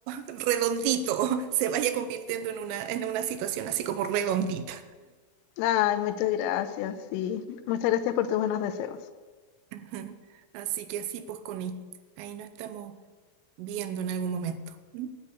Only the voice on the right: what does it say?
<laughs> redondito, se vaya convirtiendo en una, en una situación así como redondita.
Ujú. Así que así pues, Connie, ahí nos estamos viendo en algún momento. ¿Mm?